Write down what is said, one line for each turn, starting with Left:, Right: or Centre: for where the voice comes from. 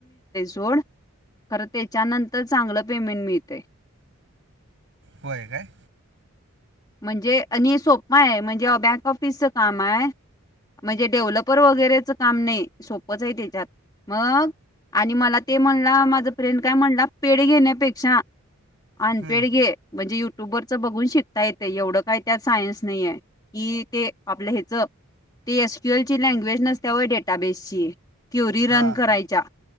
Left: जोड ख त्याच्यान तर चांगलं पेमेंट मिळते
Right: होय काय
Left: म्हणजे आणि सोप्पा आहे म्हणजे बँक ऑफिसचं काम आहे म्हणजे डेव्हलपर वगैरेच काम नाही सोपंच आहे त्याच्यात मग आणि मला ते म्हणला माझं फ्रेंड काय म्हणला पेढ घेण्यापेक्षा अनपेड
Right: हम्म
Left: घे म्हणजे युट्युब वरचं बघून शिक ता येते एवढं काय त्यात सायन्स नाही आहे की ते आपलं ह्याच ते एसक्यू एल ची लँग्वेज नसतवर डेटाबेसची क्युरी रन
Right: हा
Left: करायच्या,